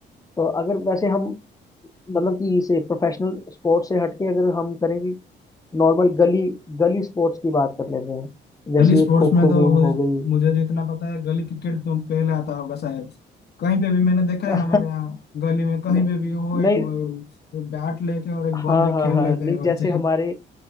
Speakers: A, on the left (about 15°); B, on the left (about 55°).
A: तो अगर वैसे हम मतलब कि इसे प्रोफेशनल स्पोर्ट्स से हटके अगर हम करेंगे नॉर्मल गली गली स्पोर्ट्स की बात कर लेते हैं जैसे
B: गली स्पोर्ट्स
A: ये खो
B: में
A: खो
B: तो
A: गेम
B: मुझे
A: हो गई
B: मुझे जितना पता है गली क्रिकेट तो पहले आता होगा शायद कहीं पे भी मैंने देखा
A: <laughs>
B: है हमारे यहाँ गली में कहीं
A: नहीं
B: पे भी वो एक
A: नहीं,
B: बैट लेके और एक
A: हाँ
B: बॉल लेके
A: हाँ
B: खेल
A: हाँ
B: लेते हैं
A: नहीं
B: बच्चे
A: जैसे हमारे